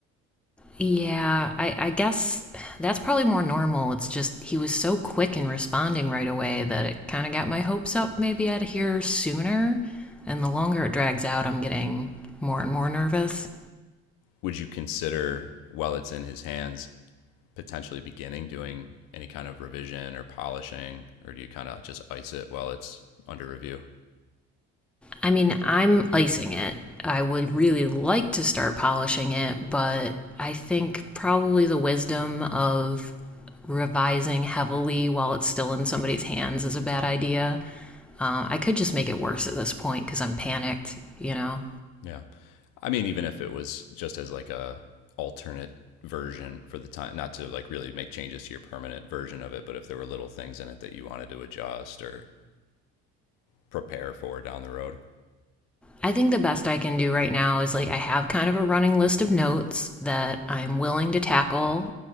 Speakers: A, in the centre; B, on the left.
A: Yeah, I, I guess that's probably more normal. It's just he was so quick in responding right away that it kind of got my hopes up. Maybe I'd hear sooner. And the longer it drags out, I'm getting more and more nervous.
B: Would you consider, while it's in his hands, potentially beginning doing any kind of revision or polishing, or do you kind of just ice it while it's under review?
A: I mean, I'm icing it. I would really like to start polishing it, but I think probably the wisdom of revising heavily while it's still in somebody's hands is a bad idea. Uh, I could just make it worse at this point because I'm panicked, you know?
B: Yeah, I mean, even if it was just as like a alternate version for the time, not to like really make changes to your permanent version of it, but if there were little things in it that you wanted to adjust or prepare for down the road.
A: I think the best I can do right now is like I have kind of a running list of notes that I'm willing to tackle,